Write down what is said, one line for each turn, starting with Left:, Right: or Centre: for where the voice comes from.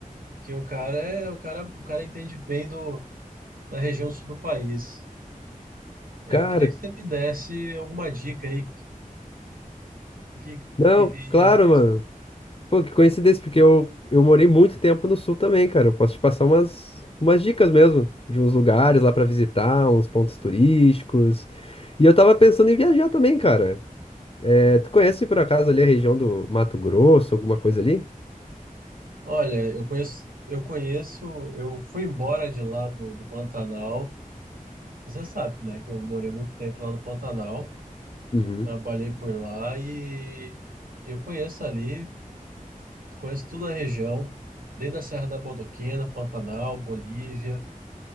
Right: que o cara é, o cara, o cara entende bem do, da região sul do país. Eu
Left: Cara,
Right: queria que você me desse alguma dica aí, que, que,
Left: não,
Right: e,
Left: claro,
Right: e-
Left: mano. Pô, que coincidência, porque eu, eu morei muito tempo no sul também, cara. Eu posso te passar umas, umas dicas mesmo, de uns lugares lá pra visitar, uns pontos turísticos. E eu tava pensando em viajar também, cara. É, tu conhece por acaso ali a região do Mato Grosso, alguma coisa ali?
Right: Olha, eu conheço, eu conheço, eu fui embora de lá do, do Pantanal. Você sabe, né, que eu morei muito tempo lá no Pantanal,
Left: Uhum.
Right: trabalhei por lá e eu conheço ali, conheço toda a região, desde a Serra da Bodoquena, Pantanal, Bolívia.